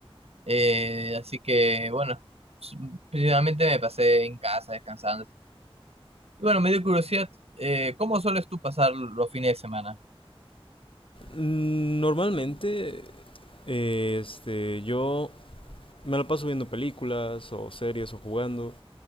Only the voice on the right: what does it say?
eh, así que bueno, s- principalmente me pasé en casa descansando. Y bueno, me dio curiosidad, eh, ¿cómo sueles tú pasar los fines de semana?